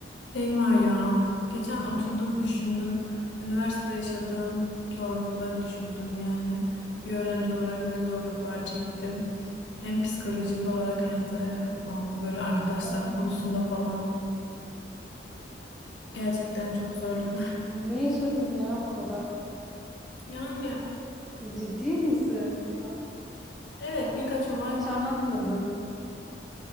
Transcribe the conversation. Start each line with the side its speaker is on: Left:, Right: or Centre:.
Left: Şeyma ya, geçen oturdum düşündüm. Üniversite yaşadığım zorlukları düşündüm yani. Bir öğrenci olarak ne zorluklar çektim. Hem psikolojik olarak hem de bazı böyle arkadaşlar
Centre: Hmm,
Left: konusunda falan. Gerçekten çok zorluklar. <laughs>
Centre: ne yaşadın ya o kadar?
Left: Yani
Centre: Ciddi misin?
Left: evet birkaç olay
Centre: Hiç
Left: var
Centre: anlatmadın.